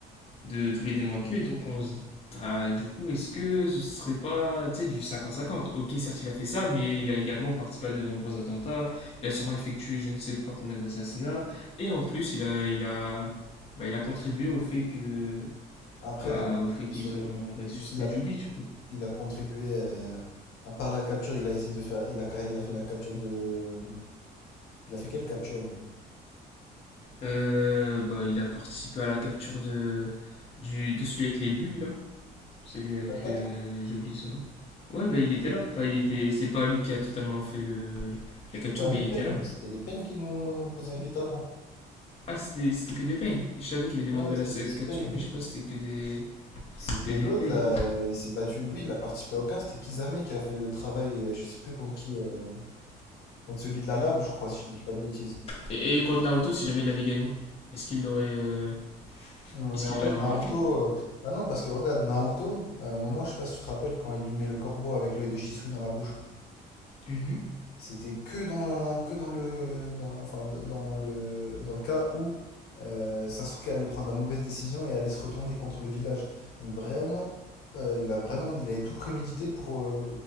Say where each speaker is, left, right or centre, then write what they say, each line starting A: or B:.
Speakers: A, on the left; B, on the left.
A: de tous les démons à queue, et donc on se bah, du coup, est-ce que ce serait pas tu sais, du 50-50 Ok, certes, il a fait ça, mais il a également participé à de nombreux attentats. Il a sûrement effectué je ne sais pas combien d'assassinats. Et en plus, il a, il a, bah, il a contribué au fait que,
B: Après,
A: bah,
B: dans
A: au fait
B: le-
A: qu'ils
B: sur le,
A: ont
B: dans le-
A: ressuscité
B: il, il a,
A: Jubi, du coup.
B: il a contribué. euh, à part la capture, il a essayé de faire. Il a, il a fait la capture de. Il a fait quelle capture lui?
A: Euh, bah, il a participé à la capture de, du, de celui avec les bulles, là. Celui avec
B: Pas de
A: le. J'oublie son nom. Ouais, bah, il était là. Enfin, il était. C'est pas lui qui a totalement fait le,
B: C'était
A: la capture,
B: pas
A: mais
B: les
A: il
B: Pain,
A: était là.
B: c'était les Pain qui nous posaient un guet-apens.
A: Ah, c'était c'était que des pains. Je savais qu'il y avait des
B: Ah
A: mandats
B: ouais, c'était
A: à
B: les Six
A: Katsuki,
B: Pain.
A: mais je sais pas si c'était que des,
B: C'était
A: que des
B: l'autre
A: pains.
B: là, euh, il s'est battu, lui, il a participé à aucun, c'était Kizame qui a fait le travail, euh, je sais plus contre qui, euh, contre celui de la lave, je crois, si je te dis pas de bêtises.
A: Et, et contre Naruto, si jamais il avait gagné, est-ce qu'il l'aurait euh,
B: Mm,
A: est-ce
B: Mais
A: qu'il
B: en fait,
A: l'aurait
B: Naruto,
A: embarqué
B: euh, bah non, parce que regarde, Naruto, à un moment, je sais pas si tu te rappelles, quand il lui met le corbeau avec l'œil de Shisui dans la bouche,
A: Mhm.
B: c'était que dans, que dans le, dans, enfin, dans le, dans le cas où euh, Sasuke allait prendre la mauvaise décision et allait se retourner contre le village. Donc vraiment, euh, il a vraiment, il avait tout prémédité pour, euh,